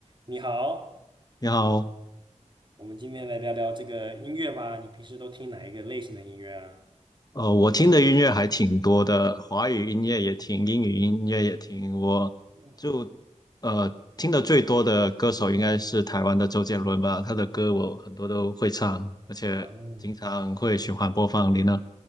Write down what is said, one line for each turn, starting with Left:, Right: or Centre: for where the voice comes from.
Right: 你好，
Left: 你好，
Right: 我们今天来聊聊这个音乐吧。你平时都听哪一个类型的音乐啊？
Left: 呃，我听的音乐还挺多的，华语音乐也听，英语音乐也听。我就呃听的最多的歌手应该是台湾的周杰伦吧，
Right: 哦，
Left: 他的歌我很多都会唱，而且经常会循环播放。
Right: 啊，
Left: 你呢？